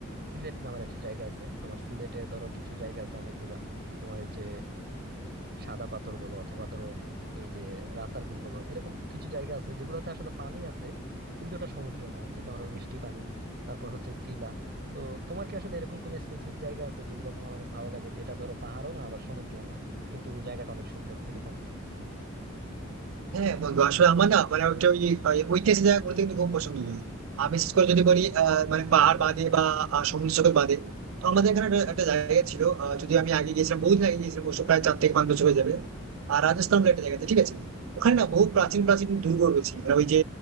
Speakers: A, on the right; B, on the right.
A: সিলেট নামের একটা জায়গা আছে তোমার সিলেটে ধরো কিছু জায়গা আছে অনেকগুলা তোমার এই যে সাদা পাথর বলো অথবা ধরো এই যে রাতারগুল বলো এরকম কিছু জায়গা আছে যেগুলোতে আসলে পানি আছে কিন্তু এটা সমুদ্র না আর কি ধরো মিষ্টি পানি তারপর হচ্ছে টিলা তো তোমার কি আসলে এরকম কোনো স্পেসিফিক জায়গা আছে যেগুলো তোমার অনেক ভালো লাগে যেটা ধরো পাহাড়ও না আবার সমুদ্রও না কিন্তু জায়গাটা অনেক সুন্দর এরকম
B: হ্যাঁ হ্যাঁ, বন্ধু আসলে আমার না মানে একটা ওই ওই ঐতিহাসিক জায়গা ঘুরতে কিন্তু খুব পছন্দ হয় আর বিশেষ করে যদি বলি আহ, মানে পাহাড় বাদে বা আহ, সমুদ্র সৈকত বাদে তো আমাদের এখানে একটা একটা জায়গা ছিল আহ, যদি আমি আগে গিয়েছিলাম বহুদিন আগে গিয়েছিলাম অবশ্য প্রায় চার থেকে পাঁচ বছর হয়ে যাবে আর রাজস্থান বলে একটা জায়গাতে ঠিক আছে ওখানে না
A: হুম।
B: বহু প্রাচীন প্রাচীন দুর্গ রয়েছে মানে ওই যে